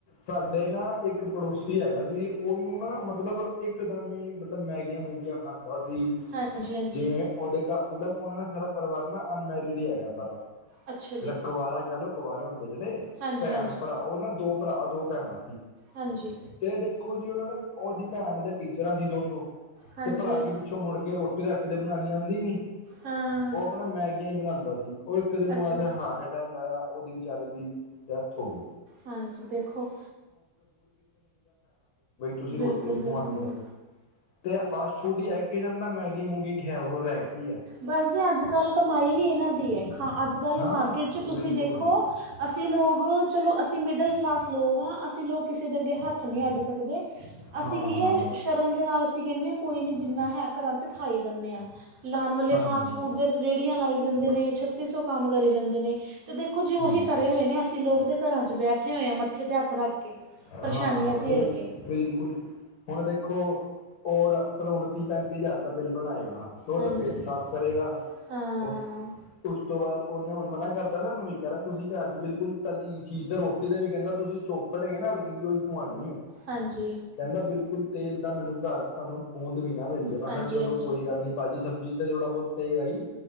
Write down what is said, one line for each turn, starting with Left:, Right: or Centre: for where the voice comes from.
Left: ਸਾਡੇ ਨਾ, ਇੱਕ ਪੜੋਸੀ ਹੈਗਾ ਸੀ। ਉਹਨੂੰ ਨਾ ਮਤਲਬ ਇੱਕਦਮ ਹੀ, ਮਤਲਬ ਮੈਗੀਆਂ ਮੂਗੀਆਂ ਹੱਸਦਾ ਸੀ।
Right: ਹਾਂਜੀ ਹਾਂਜੀ
Left: ਜਿਵੇਂ ਉਹਦੇ ਘਰ, ਮਤਲਬ ਉਹਨਾਂ ਨੇ ਸਾਰਾ ਪਰਿਵਾਰ, ਨਾ ਅਨਮੈਰਿਡ ਹੀ ਹੈਗਾ, ਸਾਰਾ।
Right: ਅੱਛਾ ਜੀ
Left: ਜਿਹੜਾ ਕੁਵਾਰਾ, ਕਹਿ ਲ ਲੋ ਕੁਵਰੇ, ਹੁੰਦੇ ਜਿਹੜੇ
Right: ਹਾਂਜੀ
Left: ਭੈਣ
Right: ਹਾਂਜੀ
Left: ਭਰਾ, ਉਹ ਨਾ ਦੋ ਭਰਾ ਦੋ ਭੈਣਾਂ ਸੀ।
Right: ਹਾਂਜੀ।
Left: ਏ ਦੇਖੋ ਜੀ ਉਹਨਾਂ ਨੂੰ ਉਹਦੀ ਭੈਣਾ, ਤੇ ਟੀਚਰਾਂ ਸੀ ਦੋਨੋ।
Right: ਹਾਂਜੀ
Left: ਤੇ ਭਰਾ ਕੀ, ਪਿੱਛੋਂ ਮੁੜ ਕੇ ਰੋਟੀ ਰਾਟੀ ਤੇ ਬਣਾਉਣੀ ਆਉਂਦੀ ਨੀ,
Right: ਹਾਂ
Left: ਉਹ ਬੜਾ, ਮੈਗੀਆਂ ਹੀ ਬਣਾਉਂਦਾ ਸੀ। ਉਹ ਇੱਕ ਦਿਨ
Right: ਅੱਛਾ
Left: ਐਸਾ,
Right: ਜੀ
Left: ਹਾਰਟ ਅਟੈਕ ਆਇਆ, ਉਹਦੀ ਵਿਚਚਾਰੇ ਦੀ। ਡੈਥ ਹੋ ਗਈ
Right: ਹਾਂਜੀ ਦੇਖੋ
Left: ਤੁਸੀਂ
Right: ਬਿਲਕੁਲ
Left: ਰੋਟੀ, ਨਹੀਂ
Right: ਬਿਲਕੁਲ
Left: ਖਵਾਉਂਦੀਆਂ ਸੀਂ। ਤੇ ਇਹ ਫਾਸਟ ਫੂਡ ਹੀ ਹੈ। ਕਿਸਮ ਦਾ, ਮੈਗੀ ਮੂਗੀ ਖ ਹੋਰ ਰਹਿ ਕੀ ਹੈ,
Right: ਬਸ ਜੀ, ਅੱਜ ਕੱਲ੍ਹ ਕਮਾਈ ਵੀ ਇਹਨਾਂ ਦੀ ਹੈ, ਖਾ ਅੱਜ ਕੱਲ੍ਹ
Left: ਹਾਂ
Right: ਮਾਰਕੀਟ 'ਚ ਤੁਸੀਂ
Left: ਬਿਲਕੁਲ
Right: ਦੇਖੋ।
Left: ਹੀ
Right: ਅਸੀਂ ਲੋਕ ਚਲੋ, ਅਸੀਂ ਮਿਡਲ ਕਲਾਸ ਲੋਕ ਹਾਂ, ਅਸੀਂ ਲੋਕ ਕਿਸੇ ਦੇ ਅੱਗੇ ਹੱਥ ਅਸੀਂ, ਨਈ ਅੱਡ ਸਕਦੇ, ਅਸੀਂ
Left: ਹਾਂ
Right: ਕੀ
Left: ਹਾਂ
Right: ਆ ਸ਼ਰਮ ਦੇ ਨਾਲ, ਅਸੀਂ ਕਹਿੰਦੇ ਹਾਂ ਕੋਈ ਨਹੀਂ ਜਿੰਨਾ ਹੈ ਘਰਾਂ 'ਚ, ਖਾਈ ਜਾਂਦੇ ਹਾਂ। ਲਾਉਣ ਵਾਲੇ
Left: ਹਾਂਜੀ
Right: ਫਾਸਟ
Left: ਹਾਂਜੀ
Right: ਫੂਡ ਦੇ ਰੇਹੜੀਆਂ, ਲਾਈ ਜਾਂਦੇ ਨੇ, ਛੱਤੀ ਸੌ ਕੰਮ ਕਰੀ ਜਾਂਦੇ ਨੇ, ਅਤੇ ਦੇਖੋ ਜੀ, ਉਹੀ
Left: ਹਮ
Right: ਤੇ ਹੋਏ ਤਰੇ ਹੋਏ ਨੇ, ਅਸੀਂ ਲੋਕ ਤਾਂ ਘਰਾਂ 'ਚ ਬੈਠੇ ਹੋਏ ਹਾਂ, ਮੱਥੇ 'ਤੇ ਹੱਥ ਰੱਖ ਕੇ।
Left: ਹਾਂ--ਹਾਂ
Right: ਪਰੇਸ਼ਾਨੀਆਂ ਝੇਲ
Left: ਬਿਲਕੁਲ
Right: ਕੇ
Left: -ਬਿਲਕੁਲ ਹੁਣ ਦੇਖੋ ਓ ਹੁਣ, ਤੀਹ ਪੈਂਤੀ ਹਜ਼ਾਰ ਦਾ ਬਿੱਲ ਬਣਾਏਗਾ, ਤੇ ਉਹਦਾ
Right: ਹਾਂਜੀ
Left: ਪੇਟ ਸਾਫ਼ ਕਰੇਗਾ।
Right: ਹਾਂ
Left: ਉਸ ਉਸ ਤੋਂ ਬਾਅਦ, ਉਹਨੇ ਹੁਣ ਮਨਾ ਕਰਤਾ ਸਾਨੂੰ ਵੀ ਕਹਿਦਾ ਤੁਸੀਂ ਘਰ ਚ, ਬਿਲਕੁਲ ਤੱਲੀ ਚੀਜ਼ ਤੇ ਰੋਟੀ ਦਾ ਵੀ ਕਹਿੰਦਾ ਤੁਸੀਂ ਚੁਪ ਪੜ ਗਈ ਏ ਨਾ, ਇਹਓ ਈ ਖਵਾਣੀ ਏ
Right: ਹਾਂਜੀ।
Left: ਕਹਿੰਦਾ ਬਿਲਕੁਲ ਤੇਲ ਦਾ ਮੈਨੂੰ ਘਰ ਤੁਹਾਨੂੰ ਬੂੰਦ ਵੀ ਨਾ ਮਿਲ ਜਾਵੇ ਮੈਂ
Right: ਹਾਂਜੀ
Left: ਕਿਹਾ ਚਲੋ
Right: ਹਾਂਜੀ
Left: ਕੋਈ ਗੱਲ ਨੀ ਭਾਜੀ ਸ ਤੇ ਥੋੜਾ ਬਹੁਤ ਤੇ ਹੈ ਏ,